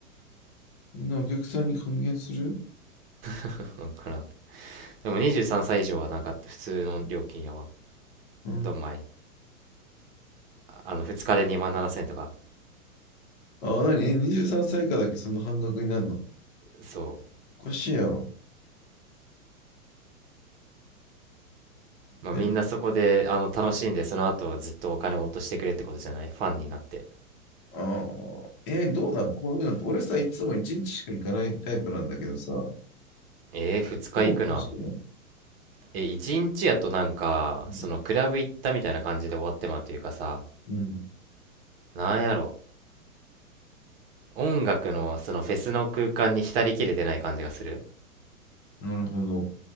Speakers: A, on the left (about 35°); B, on the right (about 40°).
A: そんなお客さんに還元する
B: <laughs> なんかなでも23歳以上はなんか普通の料金やわ
A: うん。
B: どんまいあの2日で2万7000とか
A: あ、なにえ ?23 歳以下だけその半額になるの
B: そう
A: おかしいやろ。
B: まあ、
A: え、
B: みんなそこであの楽しんでその後ずっとお金を落としてくれってことじゃないファンになって
A: ああ、えーどうなんこういうのって、俺さ、いつも1日しか行かないタイプなんだけどさ、多
B: えー、2日行くな
A: 分楽しいの。
B: え1日やとなんかそのクラブ行ったみたいな感じで終わってまうというかさ
A: うん。うん
B: なんやろ音楽のそのフェスの空間に浸りきれてない感じがする
A: なるほど。